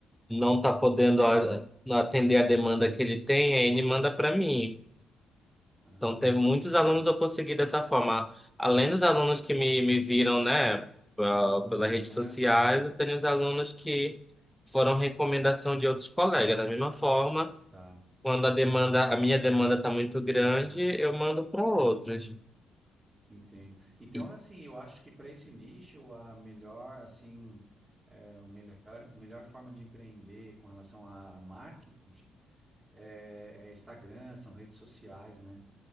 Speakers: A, in the centre; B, on the right (about 20°).
A: não está podendo
B: Não tem.
A: a- atender a demanda
B: Ah,
A: que ele tem, aí ele manda para mim.
B: ah,
A: Então, teve muitos
B: entendi.
A: alunos eu consegui dessa forma. Além dos alunos que me, me viram, né, pa- pelas redes
B: Aham,
A: sociais, eu tenho os alunos que foram recomendação de outros colegas. Da mesma forma,
B: tá.
A: quando a demanda, a minha demanda está muito grande,
B: Aham.
A: eu mando para outros.
B: Entendo. Então,
A: E-
B: assim, eu acho que para esse nicho, a melhor, assim, é, o melhor, a melhor forma de empreender com relação a, a marketing é, é Instagram, são redes sociais, né?